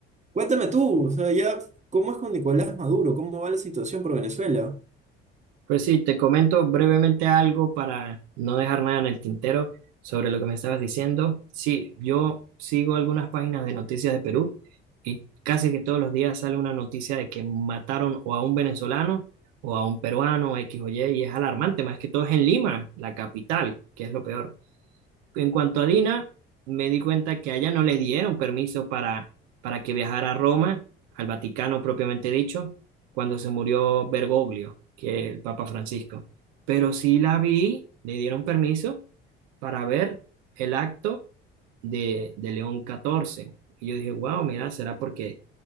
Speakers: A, on the right; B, on the right.
A: Cuéntame tú, o sea, ya, ¿cómo es con Nicolás Maduro? ¿Cómo va la situación por Venezuela?
B: Pues sí, te comento brevemente algo para no dejar nada en el tintero sobre lo que me estabas diciendo. Sí, yo sigo algunas páginas de noticias de Perú y casi que todos los días sale una noticia de que mataron o a un venezolano o a un peruano, X o Y, y es alarmante, más que todo es en Lima, la capital, que es lo peor. En cuanto a Dina, me di cuenta que a ella no le dieron permiso para, para que viajara a Roma, al Vaticano propiamente dicho, cuando se murió Bergoglio, que el Papa Francisco. Pero sí la vi, le dieron permiso para ver el acto de, de León XIV. Y yo dije, wow, mira, será porque,